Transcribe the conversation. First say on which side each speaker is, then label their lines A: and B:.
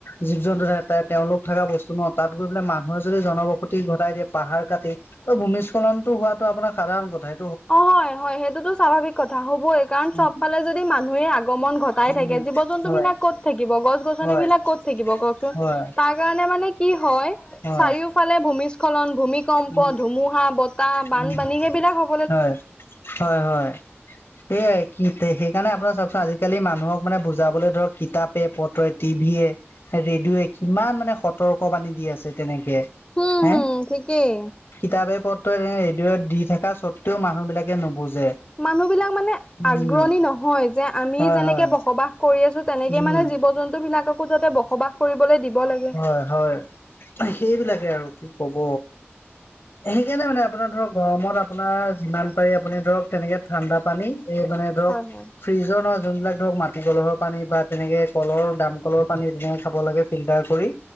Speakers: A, on the left (about 70°); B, on the left (about 25°).
A: জীৱ জন্তু থাক তে তেওঁলোক থাকা বস্তু ন তাত গৈ পেলাই মানুহে যদি জনবস সতি ঘটাই দিয়ে পাহাৰ কাটি ত ভূমিস্থলনটো হোৱাটো আপোনাৰ সাধাৰণ কথা সে
B: অ হয় হয় সেইটোতো স্বাভাৱিক কথা হ'বই কাৰণ
A: উম
B: চব ফালে যদি মানুহে আগমন ঘট তাই
A: উম
B: থাকে জীৱ জন্তু
A: হয়
B: বিলাক ক'ত থাকিব গছ গছন
A: হয়
B: বিলাক ক'ত থাকিব কওকচোন
A: হয়
B: তাক কাৰণে মানে কি হয়
A: হয়
B: চাৰিওফালে ভূমি্চ খলন ভূমিকম্প
A: উম
B: ধুমুহা বতাহ বানপানী
A: উম
B: সেইবিলাক হ'
A: হয় হয় হয় সেয়াই কি সেইকাৰণে আপোনাৰ চাওকচোন আজিকালি মানুহক মানে বুজাবলৈ ধৰক কিতাপ পে পত্ৰৱে টিভিয়ে ৰেডিঅৱে কিমান মানে সতৰ্ক বানী দি আছে তেনেকে
B: উম
A: হম
B: হুম ঠিকেই
A: কিতাপে পত্ৰৱে ৰেডিঅ'ত দি থকা স্বত্তেও মানুহ বিলাকে নুবুজে
B: মানুহ বিলাক মানে
A: উম
B: আগ্ৰণী নহয় যে আমি
A: হয়
B: যেনেকে
A: হয়
B: বসবাস কৰি আছো তেনেকে
A: উম
B: মানে জীৱ জন্তু বিলাকক কো যাতে বসবাস কৰিবলৈ দিব লাগে
A: হয় হয় সেইবিলাকে আৰু কি কব
B: <inaudible>
A: সেইকাৰণে মানে আপোনাৰ ধৰক গৰমত আপোনাৰ যিমান পাৰে আপুনি ধৰক তেনেকে ঠাণ্ডা পানী এই মানে ধৰক
B: হয় হয়
A: ফ্ৰিজৰ নহয় যোনবিলাক ধৰক মাটি কলহৰ পানী বা তেনেকে কলৰ দাম কলৰ পানী তেনে খাব লাগে ফিল্টাৰ কৰি